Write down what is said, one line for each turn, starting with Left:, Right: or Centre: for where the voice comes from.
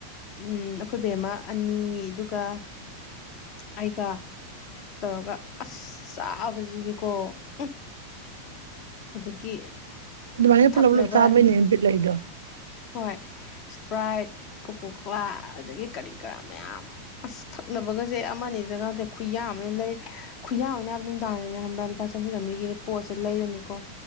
Left: ꯎꯝ ꯑꯩꯈꯣꯏ ꯕꯦꯝꯃ ꯑꯅꯤ ꯑꯗꯨꯒ ꯑꯩꯒ ꯇꯧꯔꯒ ꯑꯁ ꯆꯥꯕꯁꯤꯅꯤꯀꯣ ꯎ ꯑꯗꯒꯤ
Right: ꯑꯗꯨꯃꯥꯏꯅ ꯄꯨꯂꯞ
Left: ꯊꯛꯅꯕ
Right: ꯄꯨꯂꯞ ꯆꯥꯕꯩꯅꯦ ꯄꯠ ꯂꯩꯏꯗꯣ
Left: ꯍꯣꯏ ꯏꯁꯄ꯭ꯔꯥꯏꯠ ꯀꯣꯀꯣꯀꯂꯥ ꯑꯗꯒꯤ ꯀꯔꯤ ꯀꯔꯥ ꯃꯌꯥꯝ ꯑꯁ ꯊꯛꯅ ꯐꯒꯁꯦ ꯑꯃꯗ ꯉꯇꯦ ꯈꯨꯌꯥ ꯑꯃ ꯂꯩ ꯈꯨꯌꯥ ꯑꯃꯅꯦ ꯍꯥꯏꯕ ꯅꯨꯡꯗꯥꯡꯅꯦ ꯍꯥꯏꯕ꯭ꯔꯥ ꯂꯨꯄꯥ ꯆꯍꯨꯝ ꯆꯝꯔꯤꯒꯤ ꯄꯣꯠꯁꯦ ꯂꯩꯔꯅꯤꯀꯣ